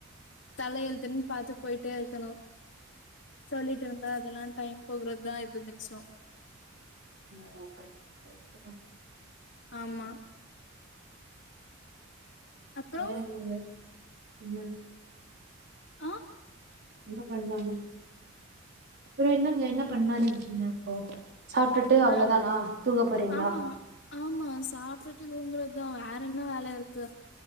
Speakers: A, on the left; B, on the right.
A: தலையெலுத்துன்னு பாத்து போயிட்டே இருக்கணு சொல்லிட்ருந்தா அதெல்லா டைம் போகுறதா இது மிச்சம்
B: <unintelligible>
A: ஆம்மா அப்றோ
B: வேறென்னங்க என்ன
A: ஆ
B: என்ன பண்லானு அப்பற என்னங்க என்ன பண்லான்னு இருக்கீங்க இப்போ சாப்ட்டுட்டு
A: நா
B: அவ்ளோதானா தூங்க போறீங்களா
A: ஆம்மா ஆம்மா சாப்டுட்டு ரூம்ல அதா வேற என்ன வேல இருக்கு